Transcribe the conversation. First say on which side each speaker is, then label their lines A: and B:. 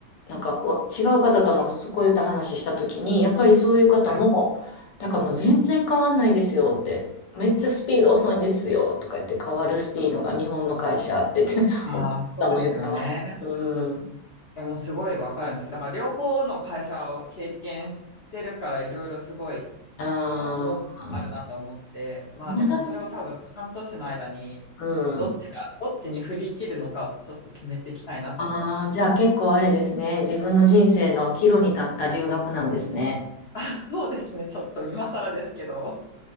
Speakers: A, on the left; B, on the left.
A: なんかこう、違う方ともそこういった話したときに、やっぱりそういう方も、
B: はい。
A: なんかもう全然変わんないんですよって。めっちゃスピード遅いんですよとか言って、変わるスピードが日本の会社って言って、
B: ああ、
A: 他の方も言ってました。
B: そうですよね。
A: うん。
B: でもすごいわかるんですよ。だから両方の会社を経験してるから、いろいろすごい
A: ああ、
B: 思うことあるなと思って、まあでもそれを多分半年の間に、
A: まだうん。
B: どっちか、どっちに振り切るのかをちょっと決めていきたいなと思ってます。
A: ああ、じゃあ結構あれですね。自分の人生の岐路に立った留学なんですね。
B: あ、そうですね。ちょっと今更ですけど。